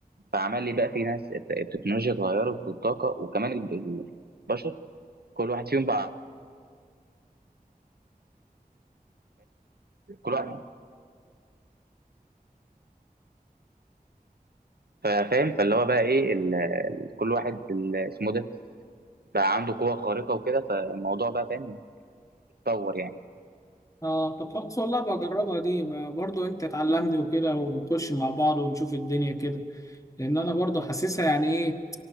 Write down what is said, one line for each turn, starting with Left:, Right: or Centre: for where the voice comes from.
Right: فعمل لي بقى في ناس الت- التكنولوجيا اتغيرت والطاقه وكمان ال- البشر كل واحد فيهم بقى كل واحد فاهم فاللي هو بقى ايه ال... ال- كل واحد ال- اسمه ده بقى عنده قوه خارقه وكده فالموضوع بقى فاهم اتطور يعني
Left: اه طب خلاص والله بجربها دي برضه انت تعلمني وكده ونخش مع بعض ونشوف الدنيا كده لان انا برضو حاسسها يعني ايه